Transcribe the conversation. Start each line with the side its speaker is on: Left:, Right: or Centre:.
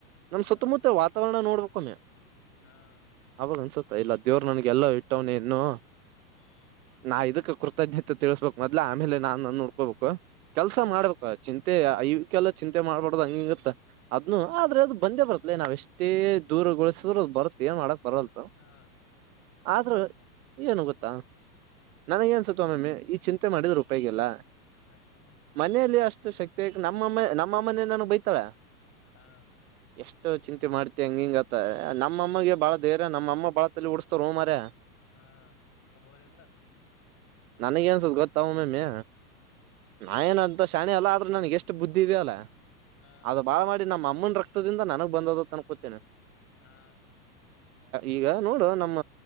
Right: ನಮ್
Left: ಹಾ
Right: ಸುತ್ತಮುತ್ತಲ ವಾತಾವರಣ ನೋಡ್ಬೇಕೊಂಮ್ಮೆ.
Left: ಹಾಂ
Right: ಅವಾಗ ಅನ್ಸುತ್ತ ಇಲ್ಲ ದೇವ್ರ ನನ್ಗೆಲ್ಲೋ ಇಟ್ಟವ್ನ ಇನ್ನು
Left: ಹ್ಮ್
Right: ನಾ ಇದಕ್ಕೆ ಕೃತಜ್ಞತೆ. ತಿಳಿಸ್ಬೇಕು ಮೊದ್ಲ ಆಮೇಲೆ ನಾನು ನೋಡ್ಕೋಬೇಕು ಕೆಲ್ಸ
Left: ಹಾ
Right: ಮಾಡ್ಬೇಕು. ಚಿಂತೆ ಇವಕ್ಕೆಲ್ಲ ಚಿಂತೆ ಮಾಡ್ಬಾರಡ್ದ್ ಹಂಗೆ ಇಂಗೆ ಅಂತ ಅದ್ನು ಆದ್ರೆ ಅದು ಬಂದೇ ಬರತ್ತಲೇ ನಾವ್ ಎಷ್ಟೇ ದೂರಗೊಳಿಸ್ರು ಅದು ಬರತ್ತತ್ ಏನ್ ಮಾಡಕ್ ಬರಲ್ತ.
Left: ಬರುತ್ ಹಾ
Right: ಆದ್ರ
Left: ಓ
Right: ಏನು ಗೊತ್ತಾ ನನಗೆ ಅನ್ಸುತ್ತ ಒಮೊಮ್ಮೆ. ಈ ಚಿಂತೆ ಮಾಡಿದ್ರೆ ಉಪಯೋಗಿಲ್ಲ
Left: ಅಷ್ಟೇ
Right: ಮನೆಯಲ್ಲಿ ಅಷ್ಟು ಅಷ್ಟು ಶಕ್ತಿ ಆ ನಮ್ಮಮ್ಮ ನಮ್ಮ ಅಮ್ಮನ ನನಗೆ ಬೈತಳೆ.
Left: ಹಾ
Right: ಎಷ್ಟ ಚಿಂತೆ ಮಾಡ್ತಿ ಹಂಗ ಹಿಂಗತ್ತ ನಮ್ಮ ಅಮ್ಮಗೆ ಬಾಳ ಧೈರ್ಯ ನಮ್ಮ ಅಮ್ಮ ಬಾಳ ತಲೆ ಹೊಡಿಸ್ತಾಲೋ ಮಾರಾಯ.
Left: ಹಾ ಒಬೊಬ್ಬರು ಇರ್ತಾರೆ.
Right: ನನಗೇನ್ಸುತ್ತ ಗೊತ್ತ ಒಮೊಮ್ಮೆ ನಾ ಏನ್ ಅಂತ ಶಾಣೆ ಎಲ್ಲ ಆದ್ರೆ ನನಗೆ ಎಷ್ಟು. ಅಷ್ಟು ಬುದ್ಧಿ ಇದ್ಯಲ್ಲ
Left: ಹಾ
Right: ಅದು ಬಾಳ ಮಾಡಿ ನಮ್ಮ ಅಮ್ಮನ ರಕ್ತದಿಂದ ನನಗ್ ಬಂದದತ್ ಅನ್ಕೊತೇನೆ.
Left: ಹಾ
Right: ಈಗ ನೋಡು ನಮ್ಮ